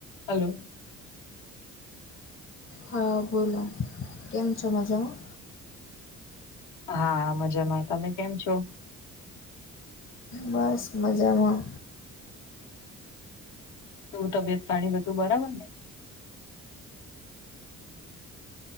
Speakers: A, on the left; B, on the left.
A: હાલો.
B: હા બોલો કેમ છો મજામા?
A: હા મજામાં તમે કેમ છો?
B: બસ મજામાં
A: એવું તબિયત પાણી બધું બરાબર ને?